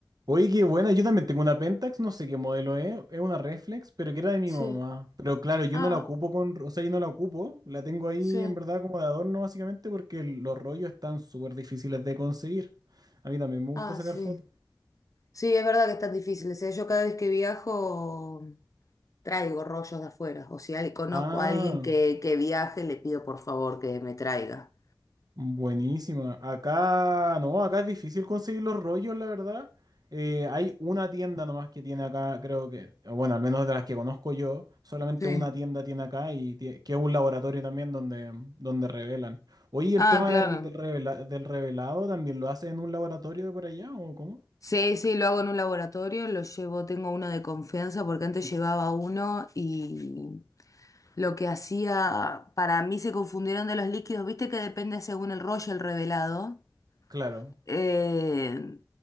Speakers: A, on the right; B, on the left.
A: oye, qué buena. Yo también tengo una Pentax, no sé qué modelo es. Es una Reflex, pero que era de mi
B: Sí.
A: mamá. Pero claro, yo
B: Ah,
A: no la ocupo con, o sea, yo no la ocupo. La tengo ahí
B: sí.
A: en verdad como de adorno básicamente porque los rollos están súper difíciles de conseguir. A mí también me gusta
B: Ah,
A: sacar
B: sí.
A: fotos.
B: Sí, es verdad que están difíciles, ¿eh? Yo cada vez que viajo traigo rollos de afuera. O si al- conozco
A: Ah.
B: a alguien que, que viaje, le pido por favor que me traiga.
A: Buenísima. Acá, no, acá es difícil conseguir los rollos, la verdad. Eh, hay una tienda nomás que tiene acá, creo que, bueno, al menos de las que conozco yo, solamente
B: Sí.
A: una tienda tiene acá y tie- que es un laboratorio también donde, donde revelan. Oye, ¿el
B: Ah,
A: tema
B: claro.
A: del, del revela- del revelado también lo hacen en un laboratorio de por allá o cómo?
B: Sí, sí, lo hago en un laboratorio, lo llevo, tengo uno de confianza porque antes llevaba uno y lo que hacía, para mí se confundieron de los líquidos, viste que depende según el rollo, el revelado,
A: Claro.
B: eh,